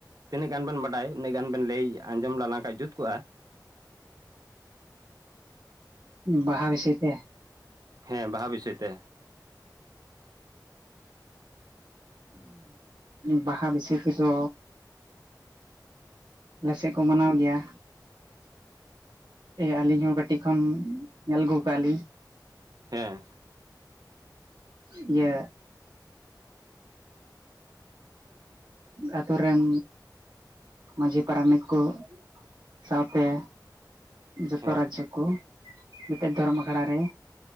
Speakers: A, on the right; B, on the right.
A: ᱛᱤᱱᱟᱹᱜ ᱜᱟᱱ ᱵᱮᱱ ᱵᱟᱰᱟᱭ ᱩᱱᱟᱹᱜ ᱜᱟᱱ ᱵᱮᱱ ᱞᱟᱹᱭ ᱟᱸᱡᱚᱢ ᱟᱞᱟᱝ ᱠᱷᱟᱱ ᱡᱩᱛ ᱠᱚᱜᱼᱟ
B: ᱵᱟᱦᱟ ᱵᱤᱥᱚᱭ ᱛᱮ
A: ᱦᱮᱸ ᱵᱟᱦᱟ ᱵᱤᱥᱚᱭ ᱛᱮ
B: ᱵᱟᱦᱟ ᱵᱤᱥᱚᱭ ᱛᱮᱫᱚ ᱟᱞᱮᱥᱮᱫ ᱠᱚ ᱢᱟᱱᱟᱣ ᱜᱮᱭᱟ ᱟᱹᱞᱤᱧ ᱦᱚᱸ ᱠᱟᱹᱴ ᱠᱟᱹᱴᱤ ᱠᱷᱚᱱ ᱧᱮᱞ ᱟᱹᱜᱩᱣ ᱠᱟᱜᱼᱟ ᱞᱤᱧ
A: ᱦᱮᱸ
B: ᱤᱭᱟᱹ ᱟᱛᱳ ᱨᱮᱱ ᱢᱟᱺᱡᱷᱤ ᱯᱟᱨᱟᱱᱤᱠ ᱠᱚ ᱥᱟᱶᱛᱮ ᱡᱚᱛᱚ
A: ᱦᱮᱸ
B: ᱨᱟᱡᱽᱡᱚ ᱠᱚ ᱢᱤᱫᱴᱮᱱ ᱫᱷᱚᱨᱚᱢ ᱟᱠᱷᱲᱟ ᱨᱮ